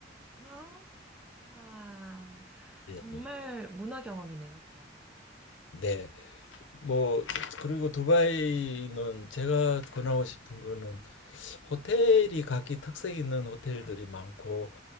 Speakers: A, in the centre; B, on the left.
A: 아, 아,
B: 예.
A: 정말 문화 경험이네요, 그건.
B: 네, 뭐 그리고 두바이는 제가 권하고 싶은 거는 호텔이 각기 특색 있는 호텔들이 많고